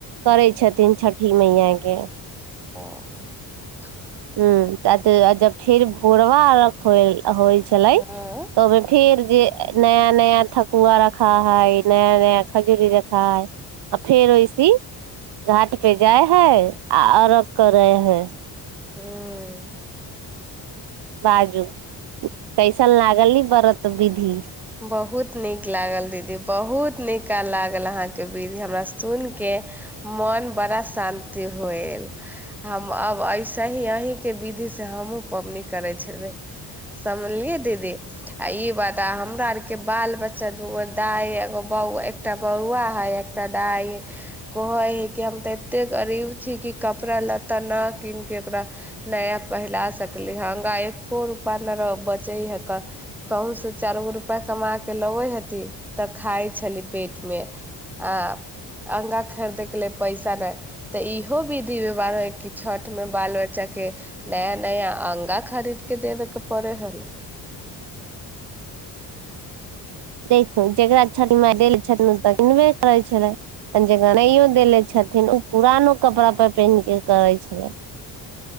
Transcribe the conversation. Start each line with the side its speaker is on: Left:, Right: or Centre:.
Right: करै छथिन छठ छठी मैयाके <unintelligible>
Centre: <inaudible>
Right: ह जब फेर भोरबा होयल होइ छलै
Centre: हँ
Right: तऽ ओहिमे फेर जे नया नया ठकुआ रखा हैय नया नया खजूरी र खाय आ फेर ओहिसी घाट पे जाइ है आ अर्घ करैय है
Centre: हूँ
Right: बाजु कैइसन लागल इ व्रत विधि
Centre: बहुत नीक लागल दीदी बहुत निका लागल अहाँके विधि हमरा सुनिके मोन बड़ा शान्ति होएल हम अब ऐसेहि अहींके विधि से हमहुूँ पबनी करै छलबै समझलियै दीदी आ ई बात तऽ हमरा आरके बाल बच्चा दूगो दाइ एगो बौआ एकटा बौआ है एकटा दाइ कहै हइ कि हम तऽ एतेक गरीब छी कि कपड़ा लत्ता नहि कीन के ओकरा नया पहिला सकली हगा एक्को रुपा नहि बचै है कहँसँ चार गो रुपैआ कमा कऽ लबै हती तऽ खाइ छली पेटमे आ अङगा खरीदयके ल लेल पैसा नहि तऽ इहो विधि व्यवहार हइ कि छठिमे बाल बच्चाके नया नया अङगा खरीदके देबेके पड़ै हलै
Right: देखू जकरा छठि मा देले छथिन ओ तऽ पिन्हबे करै छलै त जकरा नहिओ देले छथिन ओ पुरानो कपड़ापर पेन्ह कऽ करै छलै